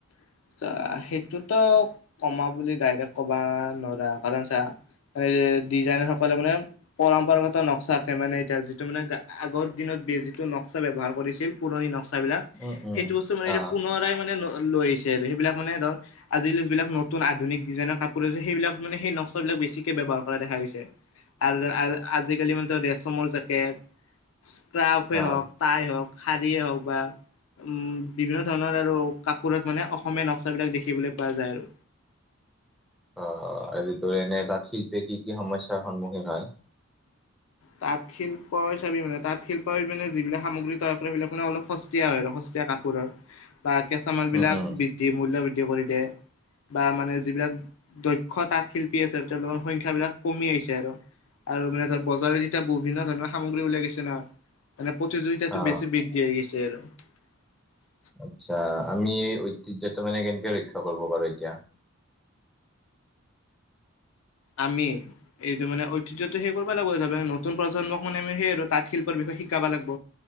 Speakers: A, on the left; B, in the centre.
A: <unintelligible> সেইটোতো কমা বুলি ডাইৰেক্ট কবা নোৱাৰা কাৰণ চা মানে ডিজাইনাৰ সকলে মানে, পৰম্পৰাগত নক্সা আকে মানে এতিয়া যিটো মানে আগৰ দিনত যিটো নক্সা ব্যৱহাৰ কৰিছিল পুৰণি নক্সা বিলাক,
B: উম, উম।
A: সেইটো বস্তু মানে এতিয়া
B: অ'
A: পুনৰাই মানে লৈ আহিছিল। <unintelligible> সেইবিলাক মানে ধৰ, আজিকালি যিবিলাক নতুন আধুিক ডিজাইনৰ কাপোৰ আছে, সেইবিলাক মানে সেই নক্সা বিলাক বেছিকে বে বৰ কৰা দেখা গৈছে আৰু আ-আ-আজিকালি মানটো ৰেচমৰ জেকেট স্ক্ৰাফে
B: অ'
A: হওঁক, ট্ৰাই হওঁক। শাৰী হওঁক বা উম, বিভিন্ন ধৰণৰ আৰু কাপোৰত মানে‌ অস অসমীয়া নক্সাবিলাক দেখিবলৈ পোৱা যায় আৰু।
B: অ', আৰু তোৰ এনে তাঁত শিল্পীয়ে কি কি সমস্যাৰ সন্মুখীন হয়?
A: তাঁত শিল্পই চাবি মানে, তাঁত শিল্পই মানে যিবিলাক সামগ্ৰী তৈয়াৰ কৰে, সিবিলাক মানে অলপ সস্তীয়া হয়, আৰু স কাপোৰৰ বা কেঁচা মালবিলাক
B: উম, উম।
A: বৃদ্ধি, মূল্য বৃদ্ধি কৰি দিয়ে। বা মানে যিবিলাক দক্ষ তাঁত শিল্পী আছে আৰু তেওঁলোকৰ সংখ্যাবিলাক কমি আহিছে আৰু। আৰু মানে ধৰ বজাৰ এতিয়া বিভিন্ন ধৰণৰ সামগ্ৰী <unintelligible> গৈছে ন' মানে প্ৰতিযোগিতাতো
B: অ
A: বেছি বৃদ্ধিহৈ গৈছ <unintelligible>
B: আচ্ছা, আমি এই ঐতিহ্যটো মানে কেনেকে ৰক্ষা কৰিব পাৰোঁ এতিয়া?
A: আমি এইটো মানে ঐতিহ্যটো সেই কৰিব লাগিব <unintelligible> নতুন প্ৰজন্মক মানে আমি সেই আৰু তাঁত শিল্পৰ বিষয় শিকাবা লাগব।